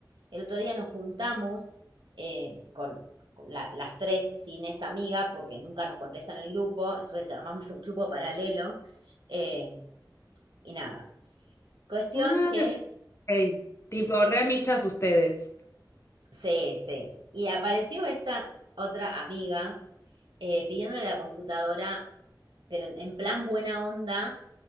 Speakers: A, on the right (about 75°); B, on the left (about 35°).
A: el otro día nos juntamos eh, con con la- las tres sin esta amiga porque nunca nos contesta en el grupo, entonces armamos un grupo paralelo eh, y nada. Cuestión
B: Ay,
A: que
B: ok. Tipo, re amichas ustedes.
A: se, se, y apareció esta otra amiga eh, pidiéndole la computadora, pero en, en plan buena onda,